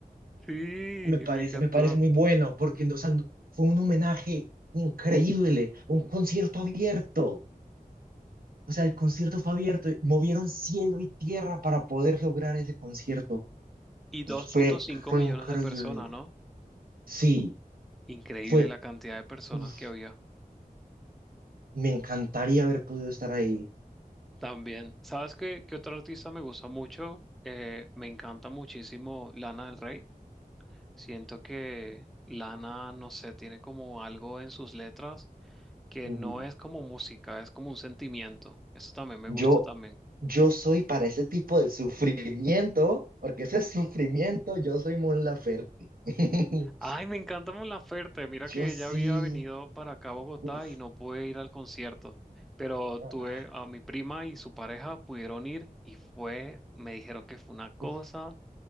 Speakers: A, in the centre; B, on the right (about 70°).
A: Sí,
B: me parece,
A: me encantó.
B: me parece muy bueno, porque o sea, fue un homenaje increíble, un concierto abierto. O sea, el concierto fue abierto, y movieron cielo y tierra para poder lograr ese concierto.
A: Y 2.5
B: Y fue, fue
A: millones
B: increíble.
A: de personas, ¿no?
B: Sí,
A: Increíble
B: fue,
A: la cantidad de personas
B: uf,
A: que había.
B: me encantaría haber podido estar ahí.
A: También, ¿sabes qué, qué otro artista me gusta mucho? Eh, me encanta muchísimo Lana del Rey. Siento que Lana, no sé, tiene como algo en sus letras que
B: Mm,
A: no es como música, es como un sentimiento. Eso también me
B: Yo,
A: gusta también.
B: yo soy para ese tipo de sufrimiento, porque ese es sufrimiento, yo soy Mon Laferte. <laughs>
A: Ay, me encanta Mon Laferte. Mira que
B: Yo sí,
A: ella había venido para acá a Bogotá
B: uf,
A: y no pude ir al concierto, pero
B: ah,
A: tuve a mi prima y su pareja pudieron ir y fue, me dijeron que fue una cosa
B: uf,